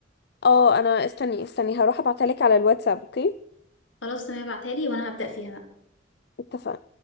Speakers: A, on the left; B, on the left.
A: اه انا استني استني هروح ابعتها لك على الواتساب اوكي
B: خلاص تمام ابعتها لي وانا هبدأ فيها بقى
A: اتفقنا